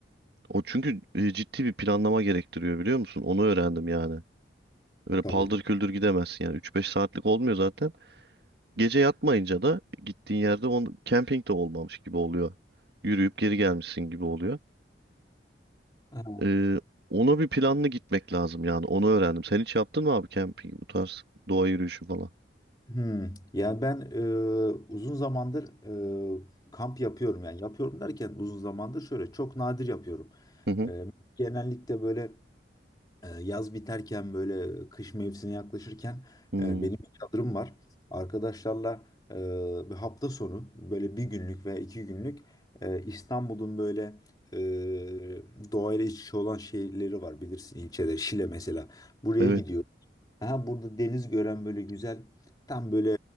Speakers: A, on the right; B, on the left.
A: O çünkü e, ciddi bir planlama gerektiriyor biliyor musun? Onu öğrendim yani. Öyle
B: Tabii.
A: paldır küldür gidemezsin yani üç beş saatlik olmuyor zaten. Gece yatmayınca da gittiğin yerde on, camping de olmamış gibi oluyor. Yürüyüp geri gelmişsin gibi oluyor.
B: Ha,
A: Ee, ona bir planlı gitmek lazım yani. Onu öğrendim. Sen hiç yaptın mı abi camping bu tarz doğa yürüyüşü falan?
B: Hmm. Yani ben e, uzun zamandır e, kamp yapıyorum. Yani yapıyorum derken uzun zamandır şöyle çok nadir yapıyorum.
A: Hı hı.
B: E, genellikle böyle e, yaz biterken böyle kış mevsimine yaklaşırken
A: Hmm,
B: e, benim bir çadırım var. Arkadaşlarla e, bir hafta sonu böyle bir günlük veya iki günlük e, İstanbul'un böyle e, doğayla iç içe olan şehirleri var bilirsin ilçede Şile mesela. Buraya
A: evet.
B: gidiyoruz. Aha burada deniz gören böyle güzel tam böyle